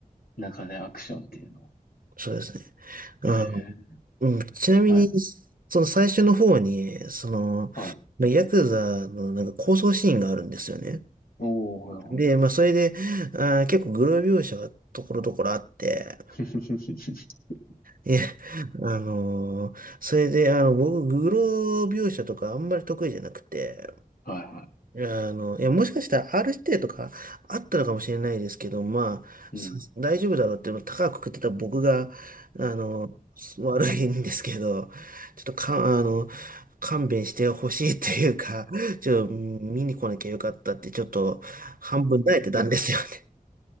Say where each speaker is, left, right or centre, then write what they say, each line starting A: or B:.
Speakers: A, on the left; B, on the right.
A: 中でアクションっていうの。
B: そうですね。あの、
A: へえ、
B: うん、ちなみに、
A: はい、
B: その最初の方に、その、
A: はい。
B: ヤクザのなんか抗争シーンがあるんですよね。
A: おー、はい、
B: で、
A: はい。
B: まあ、それで、あー、結構グロ描写がところどころあって、
A: <laughs>
B: いや、あのーそれで、あの、僕、グロ描写とかあんまり得意じゃなくて、
A: はい、は
B: あの、いや、もしかしたら R 指定とかあったのかもしれないですけど、まあ、
A: い。
B: さ大丈夫だろうって、
A: うん。
B: 高く食ってた僕が、あの、悪いんですけど、ちょっとか、あの、勘弁してほしいというか、ちょっと見に来なきゃよかったって、ちょっと半分泣いてたんですよね。